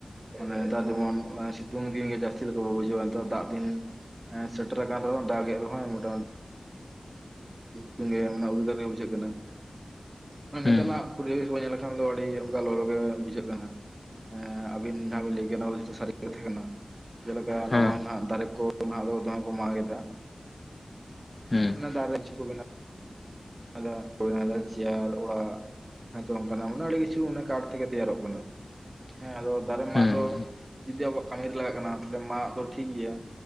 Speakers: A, on the right; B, on the left.
A: ᱚᱱᱮ ᱱᱮᱛᱟᱨ ᱡᱮᱢᱚᱱ ᱥᱤᱛᱩᱝ ᱫᱤᱱ ᱜᱮ ᱡᱟᱹᱥᱛᱤ ᱞᱮᱠᱟ ᱵᱩᱡᱷᱟᱹᱣᱟ ᱱᱮᱛᱟᱨ ᱫᱟᱜ ᱫᱤᱱ ᱥᱮᱴᱮᱨ ᱟᱠᱟᱱ ᱨᱮᱦᱚᱸ ᱫᱟᱜᱮᱫ ᱨᱮᱦᱚᱸ ᱢᱚᱴᱟᱢᱩᱴᱤ ᱛᱩᱜᱮ ᱩᱫᱽᱜᱟᱨ ᱜᱮ ᱵᱩᱡᱷᱟᱹᱜ ᱠᱟᱱᱟ ᱢᱟᱱ ᱱᱮᱛᱟᱨᱟᱜ
B: ᱦᱮᱸ
A: ᱯᱚᱨᱤᱵᱮᱥ ᱵᱚᱱ ᱧᱮᱞ ᱞᱮᱠᱷᱟᱱ ᱫᱚ ᱟᱹᱰᱤ ᱚᱱᱠᱟ ᱞᱚᱞᱚ ᱜᱮ ᱵᱩᱡᱷᱟᱹᱜ ᱠᱟᱱᱟ ᱟᱵᱤᱱ ᱡᱟᱦᱟᱸ ᱠᱚ ᱵᱤᱱ ᱞᱟᱹᱭ ᱠᱮᱫ ᱚᱱᱟ ᱠᱚᱫᱚ ᱡᱚᱛᱚ ᱥᱟᱹᱨᱤ ᱠᱟᱛᱷᱟ ᱠᱟᱱᱟ ᱡᱮᱞᱮᱠᱟ
B: ᱦᱮᱸ
A: ᱱᱚᱜ-ᱚᱭ ᱱᱟᱦᱟᱜ ᱫᱟᱨᱮ ᱠᱚ ᱱᱟᱦᱟᱜ ᱫᱚ ᱫᱚᱢᱮ ᱠᱚ ᱢᱟᱜ ᱮᱫᱟ
B: ᱦᱮᱸ
A: ᱚᱱᱟ ᱫᱟᱨᱮ ᱠᱤᱪᱷᱩ ᱠᱚ ᱵᱮᱱᱟ ᱟᱫᱟ ᱚᱭᱱᱟ ᱫᱚ ᱪᱤᱭᱟᱨ ᱚᱲᱟᱜ ᱟᱫᱚ ᱚᱱᱠᱟᱱᱟᱜ ᱚᱱᱮ ᱟᱹᱰᱤ ᱠᱤᱪᱷᱩ ᱠᱟᱴᱷ ᱛᱮᱜᱮ ᱛᱮᱭᱟᱨᱚᱜ ᱠᱟᱱᱟ ᱦᱮᱸ ᱟᱫᱚ ᱫᱟᱨᱮ
B: ᱦᱩᱸ
A: ᱢᱟᱜ ᱫᱚ ᱡᱩᱫᱤ ᱟᱵᱚᱣᱟᱜ ᱠᱟᱹᱢᱤᱨᱮ ᱞᱟᱜᱟᱜ ᱠᱟᱱᱟ ᱛᱟᱦᱚᱞᱮ ᱢᱟᱜ ᱫᱚ ᱴᱷᱤᱠ ᱜᱮᱭᱟ।